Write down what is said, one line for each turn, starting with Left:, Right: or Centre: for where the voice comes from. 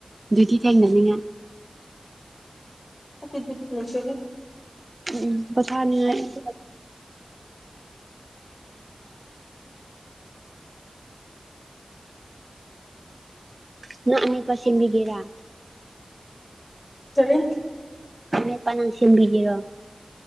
Right: ꯗ꯭ꯌꯨꯇꯤ ꯊꯦꯡꯅꯅꯤꯉꯥꯏ
Left: ꯑꯇꯨꯗꯤꯠ ꯄꯨꯁꯦꯍꯦ
Right: ꯎꯝ ꯄꯣꯊꯥꯅꯤꯉꯥꯏ <unintelligible> <unintelligible> ꯅꯪ ꯑꯃꯨꯛꯀ ꯁꯤꯟꯕꯤꯒꯦꯔꯥ
Left: ꯀꯔꯤ
Right: ꯄꯥꯏꯅꯦꯄꯟ ꯁꯦꯝꯕꯤꯒꯦꯔꯣ